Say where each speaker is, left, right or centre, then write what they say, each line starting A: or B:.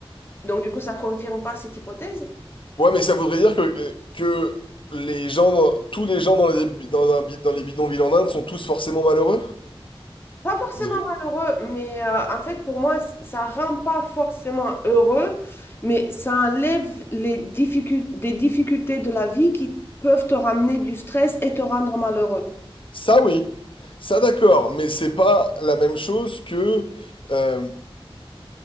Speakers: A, on the left; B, on the left.
A: Donc, du coup, ça confirme pas cette hypothèse?
B: Ouais, mais ça voudrait dire que, que les gens, dans- tous les gens dans les, dans un bi- dans les bidonvilles en Inde sont tous forcément malheureux?
A: Pas forcément
B: Je-
A: malheureux, mais euh, en fait, pour moi, c- ça rend pas forcément heureux, mais ça enlève les difficul- des difficultés de la vie qui peuvent te ramener du stress et te rendre malheureux.
B: Ça, oui. Ça, d'accord. Mais c'est pas la même chose que euh,